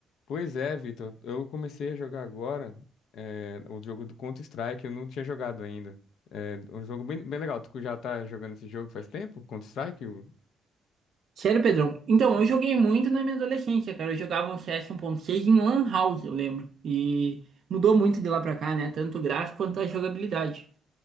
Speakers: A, on the left (about 75°); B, on the right (about 60°).
A: Pois é, Vitor. Eu comecei a jogar agora eh, o jogo do Counter-Strike. Eu não tinha jogado ainda. É um jogo bem, bem legal. Tu já tá jogando esse jogo faz tempo? Counter-Strike? O-
B: Sério, Pedrão? Então, eu joguei muito na minha adolescência, cara. Eu jogava um C S um ponto seis em Lan House, eu lembro. E mudou muito de lá pra cá, né? Tanto o gráfico quanto a jogabilidade.